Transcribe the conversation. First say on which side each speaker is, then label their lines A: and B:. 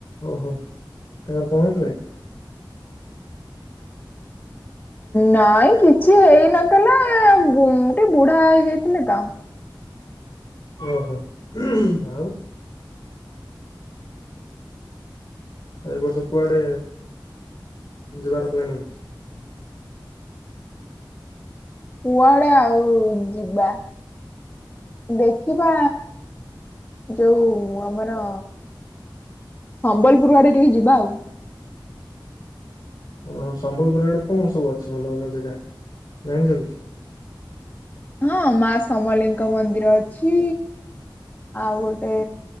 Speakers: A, on the left; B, on the left.
A: ଓହୋ ତାଙ୍କର କଣ ହେଇଥିଲା କି।
B: ନାଇଁ କିଛି ହେଇନଥିଲା ବୁ ଟିକେ ବୁଢା ହେଇ ଯାଇଥିଲେ ତ।
A: ଓହୋ ଆଉ। ଏ ବର୍ଷ କୁଆଡେ ଯିବାର ପ୍ଲାନିଂ।
B: କୁଆଡେ ଆଉ ଯିବା। ଦେଖିବା ଯୋଉ ଆମର ସମ୍ବଲପୁର ଆଡେ ଟିକେ ଯିବା ଆଉ।
A: ଓ ସମ୍ବଲପୁର ଆଡେ କଣ ସବୁ ଅଛି ଭଲ ଭଲ ଜାଗା ଜାଣିଚ କିିଛି।
B: ହଁ ମା ସମଲିଙ୍କ ମନ୍ଦିର ଅଛି ଆଉ ଗୋଟେ